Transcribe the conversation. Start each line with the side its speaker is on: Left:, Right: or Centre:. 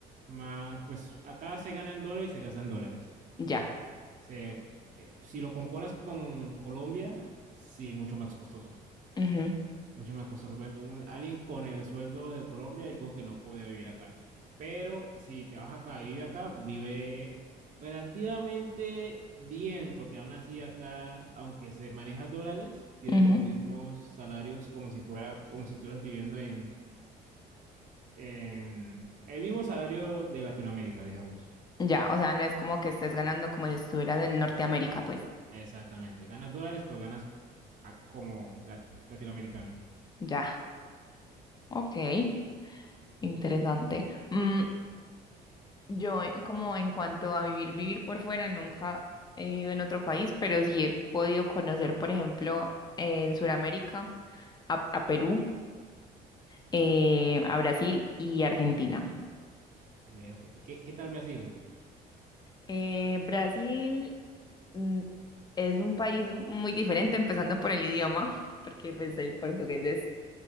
Right: más, pues acá se gana en dólares y se gasta en dólares.
Left: Ya.
Right: Se, eh, si lo comparas con Colombia, sí, mucho más costoso.
Left: Ujú,
Right: Mucho más costoso. Por ejemplo, un- alguien con el sueldo de Colombia, digo que no podía vivir acá. Pero si te vas acá y vive acá, vive relativamente bien, porque aún así acá, aunque se maneja dólares, tienen
Left: ujú.
Right: los
Left: Mm.
Right: mismos salarios como si fuera, como si estuvieras viviendo en, en el mismo salario de Latinoamérica, digamos.
Left: Ya, o sea, no es como que estés ganando como si estuvieras en Norteamérica, pues.
Right: Exactamente. Ganas dólares, pero ganas ah, como la- latinoamericano.
Left: Ya. Okay. interesante. Mm, Yo, en- como en cuanto a vivir, vivir por fuera, nunca he vivido en otro país, pero sí he podido conocer, por ejemplo, en Sudamérica, a, a Perú, eh, a Brasil y Argentina.
Right: Así. Vea, pues. ¿Y ¿Qué, qué tal Brasil?
Left: Eh, Brasil mm, es un país muy diferente, empezando por el idioma, porque pues el portugués es